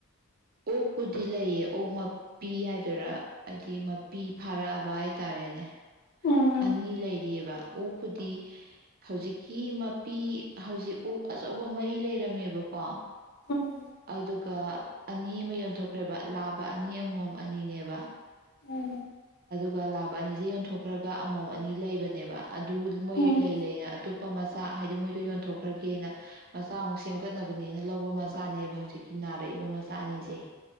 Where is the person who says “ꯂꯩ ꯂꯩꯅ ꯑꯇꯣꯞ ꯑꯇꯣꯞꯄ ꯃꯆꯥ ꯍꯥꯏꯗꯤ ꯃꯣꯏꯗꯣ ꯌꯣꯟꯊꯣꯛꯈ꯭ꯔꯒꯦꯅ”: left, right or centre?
Right